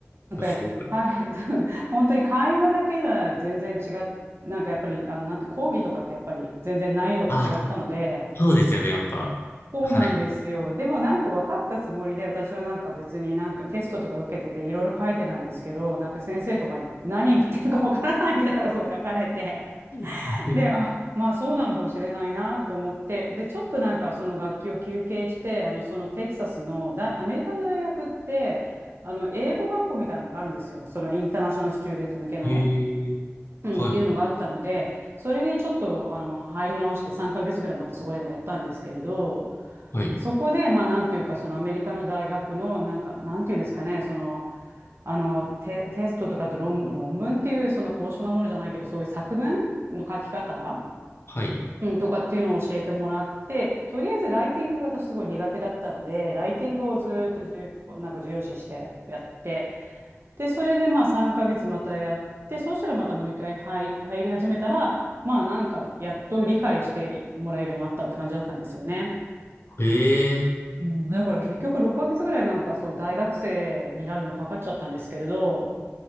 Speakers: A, on the right; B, on the left.
A: なんか、
B: あ。すごい。
A: はい、<laughs> 本当に会話だけじゃ全然違っ、なんかやっぱり、あの、なんて講義とかってやっぱり全然難易度が違ったので、
B: あ、そうですよね。やっぱ。
A: そうなんですよ。
B: はい。
A: でもなんか分かったつもりで、私はなんか別になんかテストとか受けてていろいろ書いてたんですけど、なんか先生とかに何言ってるか分からないみたいなこと書かれて、
B: <laughs>
A: で、あ、まあそうなのかもしれないなと思って、で、ちょっとなんかその楽器を休憩して、あの、そのテキサスの大、アメリカの大学って、あの、英語学校みたいなのがあるんですよ。そのインターナショナルスチューデント向けの。
B: ええ
A: うん、
B: はい。
A: っていうのがあったので、それにちょっと、あの、入り直して3ヶ月ぐらいまたそこでもやったんですけれど、
B: はい。
A: そこで、まあなんていうか、そのアメリカの大学の、なんか、なんていうんですかね、その、あのテ、テストとかと論、論文っていうそんな高尚なものじゃないけどそういう作文の書き方
B: はい。
A: うん、とかっていうのを教えてもらって、とりあえずライティングが私すごい苦手だったので、ライティングをずーっと重要なんか重要視してやって、で、それでまあ3ヶ月またやって、そうしたらまたもう一回入、入り始めたら、まあなんかやっと理解してもらえるようになったって感じだったんですよね。
B: ええ
A: うん、だから結局6ヶ月ぐらいなんかそう大学生になるのかかっちゃったんですけれど、